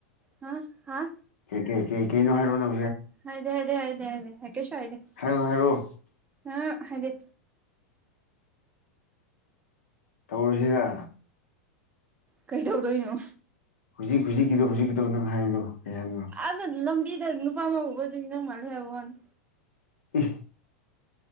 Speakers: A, on the right; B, on the left.
A: ꯍꯥ ꯍꯥ
B: ꯀꯩ ꯀꯩ ꯀꯩꯅꯣ ꯍꯥꯏꯔꯣ ꯅꯦ
A: ꯍꯥꯏꯗꯦ ꯍꯥꯏꯗꯦ ꯍꯥꯏꯗꯦ ꯍꯥꯏꯗꯦ ꯀꯩꯁꯨ ꯍꯥꯏꯗꯦ
B: ꯍꯥꯏꯔꯛꯑꯣ ꯍꯥꯏꯔꯛꯑꯣ
A: ꯑꯥ ꯍꯥꯏꯗꯤ
B: ꯇꯧꯔꯁꯤꯗ
A: ꯀꯩ ꯗꯧꯗꯣꯏꯅꯣ
B: ꯍꯧꯖꯤꯛ ꯍꯧꯖꯤꯛꯀꯤꯗꯣ ꯍꯧꯖꯤꯛꯀꯤꯗꯣ ꯅꯪ ꯍꯥꯏꯕꯗꯣ ꯀꯩ ꯍꯥꯏꯕꯅꯣ
A: ꯑꯗ ꯂꯝꯕꯤꯗ ꯅꯨꯄꯥ ꯑꯃ ꯎꯕꯗꯨꯒꯤ ꯅꯪ ꯃꯜꯃꯦ ꯍꯥꯏꯕꯋꯥꯅꯤ
B: ꯏ